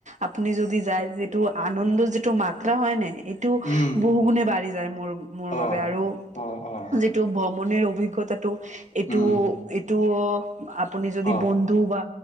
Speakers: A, on the right (about 70°); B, on the left (about 75°).
A: আপুনি যদি যায় যিটো আনন্দৰ যিটো মাত্ৰা হয় ন। এইটো
B: উম
A: বহু গুণে বাঢ়ি যায় মোৰ, মোৰ
B: অ
A: বাবে আৰু
B: অ অ
A: যিটো ভ্ৰমণে অভিজ্ঞতাটো এইটো
B: উম
A: এইটো আপুনি যদি
B: অ
A: বন্ধু বা